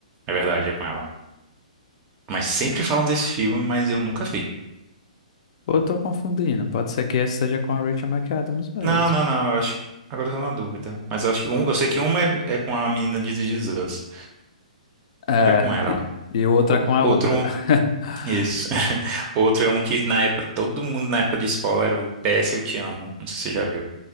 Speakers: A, on the right (about 30°); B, on the left (about 50°).
A: É verdade, é com ela. Mas sempre falam desse filme, mas eu nunca vi.
B: Ou eu tô confundindo. Pode ser que essa seja com a Rachel McAdams mesmo.
A: Não, não, não, eu acho que... Agora eu tô na dúvida. Mas eu acho que... Um... Eu sei que uma é é com a menina de Jesus.
B: É,
A: É com ela.
B: e, e outra
A: O-
B: com a
A: Outro...
B: outra.
A: um-
B: <laughs>
A: Isso. <laughs> Outro é um que na época... Todo mundo na época de escola era o PS Eu Te Amo. Não sei se você já viu.